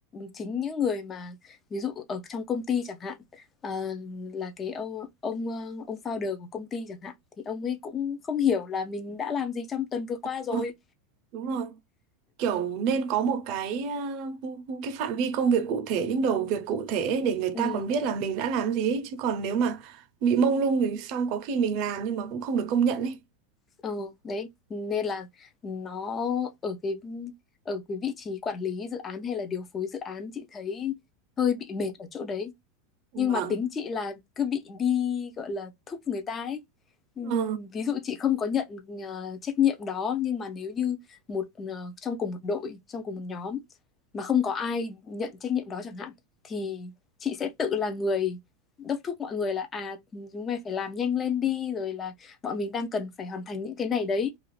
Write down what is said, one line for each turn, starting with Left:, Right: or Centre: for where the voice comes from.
Left: chính những người mà ví dụ ở trong công ty chẳng hạn ờ, là cái ông ông ờ, ông founder của công ty chẳng hạn thì ông ấy cũng không hiểu là mình đã làm gì trong tuần vừa qua
Right: Đúng
Left: rồi
Right: rồi. Đúng rồi. Kiểu nên có một cái ờ, cái phạm vi công việc cụ thể, những đầu việc cụ thể ấy, để người
Left: ừ,
Right: ta còn biết là mình đã làm gì ấy. Chứ còn nếu mà bị mông lung thì xong có khi mình làm nhưng mà cũng không được công nhận ấy.
Left: ừ đấy nên là nó ở cái ở cái vị trí quản lý dự án hay là điều phối dự án chị thấy hơi bị mệt ở chỗ đấy
Right: Vâng.
Left: nhưng mà tính chị là cứ bị đi gọi là thúc người ta ấy Ừm,
Right: Ờ.
Left: ví dụ chị không có nhận ờ, trách nhiệm đó nhưng mà nếu như một ờ, trong cùng một đội trong cùng một nhóm mà không có ai nhận trách nhiệm đó chẳng hạn thì chị sẽ tự là người đốc thúc mọi người là à chúng mày phải làm nhanh lên đi rồi là bọn mình đang cần phải hoàn thành những cái này đấy